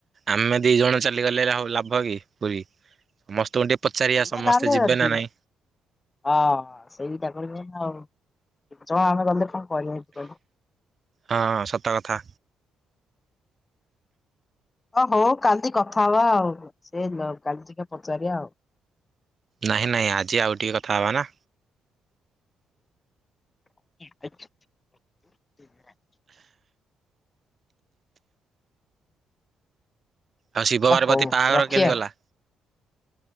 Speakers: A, on the right; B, on the left.
A: ଆମେ ଦି ଜଣ ଚାଲିଗଲେ ଲାଭ କି ପୁରୀ ସମସ୍ତଙ୍କୁ ଟିକେ ପଚାରିବା
B: ପ
A: ସମସ୍ତେ
B: ତାଲେଦି
A: ଯିବେ ନା ନାଇଁ।
B: ହଁ ସେଇଟା କରିବେ ଆଉ ଛଣ ଆମେ ଗଲେ କଣ <inaudible>
A: ହଁ ସତ କଥା।
B: ଓ ହଉ କାଲି କଥା ହବା ଆଉ ସେ କାଲି ଟିକେ ପଚାରିବା ଆଉ।
A: ନାଇଁ ନାଇଁ ଆଜି ଆଉ ଟିକେ କଥା ହବା ନା।
B: <inaudible>
A: ଆଉ ଶିବ
B: ଆ
A: ପାର୍ବତୀ
B: ହଉ
A: ବାହାଘର
B: ରଖିବା
A: କେମିତି ଗଲା।